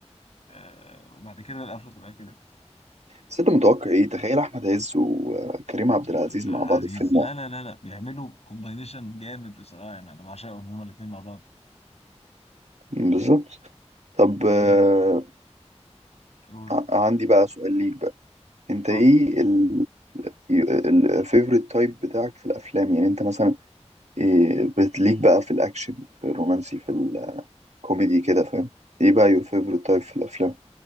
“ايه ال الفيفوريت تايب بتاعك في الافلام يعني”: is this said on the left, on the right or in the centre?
Right